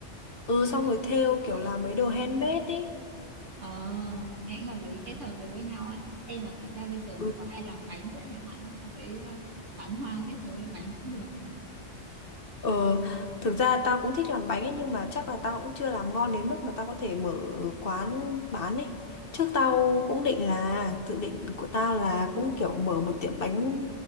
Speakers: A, on the left (about 50°); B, on the right (about 80°).
A: ừ
B: Hoặc
A: xong
B: là
A: rồi thêu
B: ờ,
A: kiểu làm mấy đồ handmade ấy
B: ờ, nghe cũng hợp lý kết hợp được với nhau á. Ê là kể ra bây giờ mà
A: Ừ,
B: có ai làm bánh nữa chẳng hạn á, tao thấy ờ, bán hoa kết hợp với bánh cũng được á.
A: Ờ, thực ra tao cũng thích làm bánh ấy nhưng mà chắc là tao cũng chưa làm ngon đến mức mà tao có thể mở quán bán ấy. Trước tao cũng định là dự định của tao là
B: Ừ.
A: cũng kiểu mở một tiệm bánh